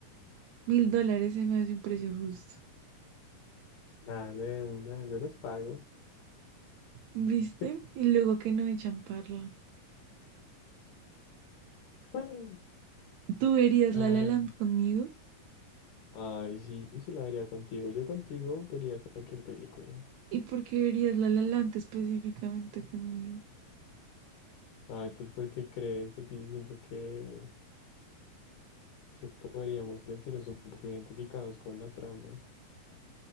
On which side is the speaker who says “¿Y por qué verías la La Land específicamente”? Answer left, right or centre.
Right